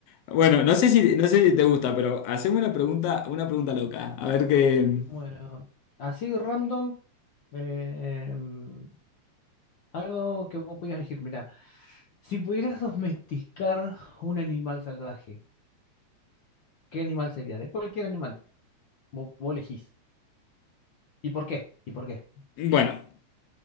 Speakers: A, on the left (about 80°); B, on the left (about 60°).
A: Bueno, no sé si, no sé si te gusta, pero haceme una pregunta, una pregunta loca. A ver qué.
B: Bueno, así random, eh, mm, algo que vos pudieras elegir. Mira, si pudieras domesticar un animal salvaje, ¿qué animal sería? De cualquier animal. Vos, vos elegís. ¿Y por qué? ¿Y por qué?
A: Bueno,